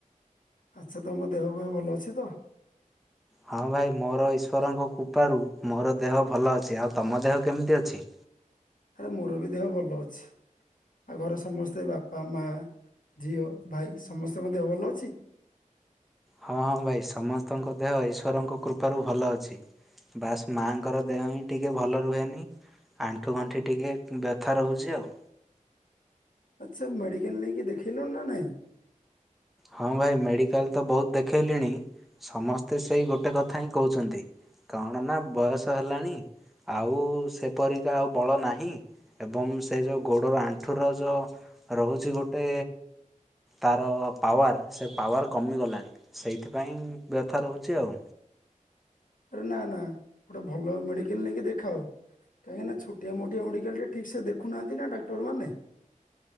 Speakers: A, on the left; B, in the centre.
A: ଆଚ୍ଛା ତମ ପେହ ପେହ ଭଲ ଅଛି ତ?
B: ହଁ ଭାଇ ମୋର ଈଶ୍ଵରଙ୍କ କୃପାରୁ ମୋର ଦେହ ଭଲ ଅଛି ଆଉ ତମ ଦେହ କେମିତି ଅଛି?
A: ଆରେ ମୋର ବି ଦେହ ଭଲ ଅଛି। ଆ ଘର ସମସ୍ତେ ବାପା ମା ଝିଅ ଭାଇ ସମସ୍ତଙ୍କ ଦେହ ଭଲ ଅଛି? <inaudible>
B: ହଁ ହଁ ଭାଇ ସମସ୍ତଙ୍କ ଦେହ ଈଶ୍ୱରଙ୍କ କୃପାରୁ ଭଲ ଅଛି। ବାସ ମାଆଙ୍କର ଦେହ ହିଁ ଟିକେ ଭଲ ରୁହେନି। ଆଣ୍ଠୁ ଗଣ୍ଠି ଟିକେ ବ୍ୟଥା ରହୁଛି ଆଉ।
A: ଆଚ୍ଛା ମେଡିକାଲ ନେଇକି ଦେଖେଇଲୁଣି ନା ନାହିଁ?
B: ହଁ ଭାଇ ମେଡିକାଲ୍‌ ତ ବୋହୁତ ଦେଖେଇଲିଣି ସମସ୍ତେ ସେଇ ଗୋଟେ କଥା ହିଁ କୋହୁଚନ୍ତି କଣ ନା ବୟସ ହେଲାଣି ଆଉ ସେପରିକା ଆଉ ବଳ ନାହିଁ ଏବଂ ସେ ଯୋଉ ଗୋଡ ବା ଆଣ୍ଠୁର ଯ ରହୁଚି ଗୋଟେ ତାର ପାୱାର ସେ ପାୱାର କମିଗଲାଣି ସେଇଥିପାଇଁ ବ୍ୟଥା ରହୁଚି ଆଉ।
A: ରେ ନା ନା ଗୋଟେ ଭଲ ମେଡିକାଲ୍‌ ନେଇକି ଦେଖାଅ। କାହିଁକିନା ଛୋଟିଆ ମୋଟିଆ ମେଡିକାଲରେ ଠିକସେ ଦେଖୁନାହାନ୍ତି ନା ଡାକ୍ତରମାନେ।